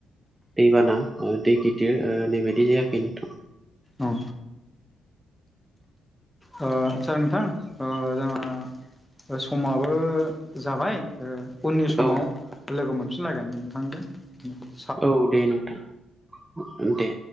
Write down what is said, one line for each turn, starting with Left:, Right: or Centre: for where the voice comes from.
Right: दैबाना ओ दै गिदिर ओ नैबाददि जायाखै नोंथां।
Centre: औ ओ आचसा नोंथां ओ जोंहा समाबो जाबाय ओ उननि समाव
Right: औ
Centre: लोगो मोनफिनलायगोन नोंथां दे
Right: औ दे नोंथां दे